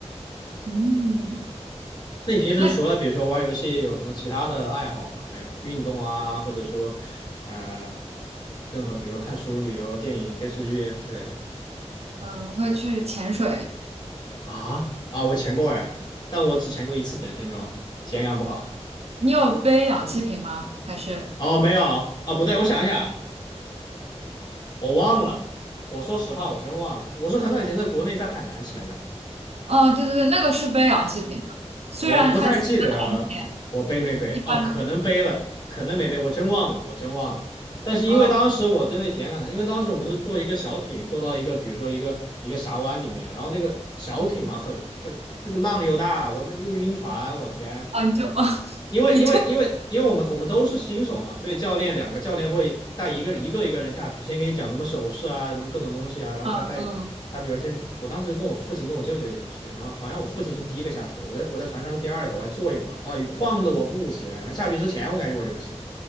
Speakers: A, on the right (about 60°); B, on the left (about 35°).
A: 嗯，
B: 那你平时除了比如说玩游戏，
A: 那
B: 有什么其他的爱好吗？还有运动啊，或者说呃，任何比如看书、旅游、电影、电视剧之类的
A: 嗯、呃会去潜水。
B: 啊啊，我潜过哎，但我只潜过一次整身装，体验感不好。
A: 你有背氧气瓶吗？还是？
B: 哦，没有啊，不对，我想一想，我忘了。我说实话，我真忘了，我是很早以前在国内在海南潜的。
A: 哦，对对对，那个是背氧气瓶的，虽然它潜在很浅，
B: 我不太记得我背没背哦，
A: 一般。
B: 可能背了，可能没背，我真忘了，我真忘了。但是因为当时我真的体验感因为当时我们是坐一个小艇，
A: 嗯，
B: 坐到一个比如说一个一个峡湾里面，然后那个小艇嘛很，它那个浪又大，我们又晕船，我天，
A: 哦，你就哦，<laughs>
B: 因为因为因为因为我们我们都是新手嘛，
A: 你吐。
B: 所以教练两个教练会带一个一个一个人下去，先给你讲什么手势啊，什么各种东西啊，然后他带他比如先我当时跟我父亲跟我舅舅一起去，
A: 嗯嗯
B: 然后好像我父亲是第一个下去我在我在船上是第二个，我还坐一会儿，啊，晃的我不行，下去之前我感觉我就不行了